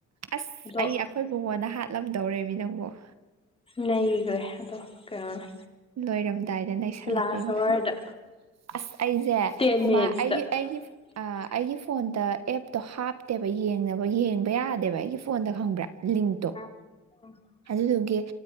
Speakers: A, on the right (about 60°); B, on the left (about 20°).
A: ꯑꯁ
B: ꯑꯗꯣ
A: ꯑꯩ ꯑꯩꯈꯣꯏ ꯕꯨꯡꯉꯣꯅ ꯍꯥꯠꯂꯝꯗꯧꯔꯦꯃꯤ ꯅꯪꯕꯨ
B: ꯅꯩꯒ꯭ꯔ‌ꯦ ꯑꯗꯣ ꯀꯩꯅꯣꯅ
A: ꯂꯣꯏꯔꯝꯗꯥꯏꯗ ꯅꯩꯁꯜꯂꯛꯄꯩ
B: ꯂꯥꯁ ꯑꯋꯥꯔꯗ
A: ꯋꯥꯅꯤ ꯑꯁ ꯑꯩꯁꯦ
B: ꯇꯦꯟ ꯃꯤꯅꯤꯠꯁꯇ
A: ꯃꯥ ꯑꯩꯒꯤ ꯑꯩꯒꯤ
B: <inaudible>
A: ꯑꯥ ꯑꯩꯒꯤ ꯐꯣꯟꯗ ꯑꯦꯞꯇꯣ ꯍꯥꯞꯇꯦꯕ ꯌꯦꯡꯅꯕ ꯌꯦꯡꯕ ꯌꯥꯗꯦꯕ ꯑꯩꯒꯤ ꯐꯣꯟꯗ ꯈꯪꯕ꯭ꯔꯥ ꯂꯤꯡꯛꯇꯣ
B: <unintelligible>
A: ꯑꯗꯨꯗꯨꯒꯤ